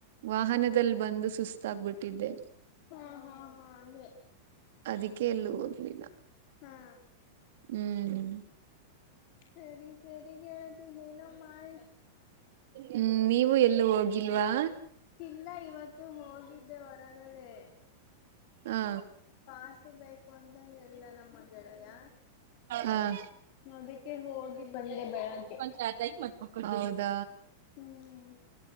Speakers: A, on the right (about 70°); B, on the left (about 45°).
A: ವಾಹನದಲ್ ಬಂದು ಸುಸ್ತಾಗ್ ಬಿಟ್ಟಿದ್ದೆ.
B: ಹಾ ಹಾ ಹಾ ಹಂಗೆ.
A: ಅದಕ್ಕೆ ಎಲ್ಲೂ ಹೋಗಿಲ್ಲ
B: ಹಾ
A: ಹ್ಮ್.
B: ಸರಿ ಸರಿ ಗೆಳತಿ ಅದೇನೋ ಮಾಡಿ.
A: ಹ್ಮ್ ನೀವು ಎಲ್ಲೂ ಹೋಗಿಲ್ವಾ.
B: ಇಲ್ಲ ಇವತ್ತು ಹೋಗಿದ್ದೆ ಹೊರಗಡೆ
A: ಹಾ
B: ಕಾಸು ಬೇಕು ಅಂತ ಹೇಳಿದ ನಮ್ಮ ಗೆಳೆಯ
A: ಹಾ
B: ಅದಕ್ಕೆ ಹೋಗಿ ಬಂದೆ ಬೆಳಗ್ಗೆ
A: <unintelligible> ಹೌದಾ
B: ಹ್ಮ್ <inaudible>